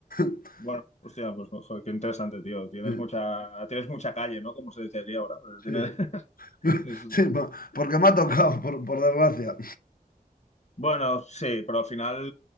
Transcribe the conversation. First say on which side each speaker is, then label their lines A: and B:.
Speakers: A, on the left (about 70°); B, on the left (about 45°).
A: <laughs>
B: Bueno, hostia, pues joder, qué interesante, tío. Tienes
A: Sí,
B: mucha, tienes mucha calle, ¿no? Como se dice aquí ahora. Tienes,
A: sí.
B: <laughs>
A: <laughs> Sí, po- porque me ha tocado, por, por desgracia.
B: Bueno, sí, pero al final,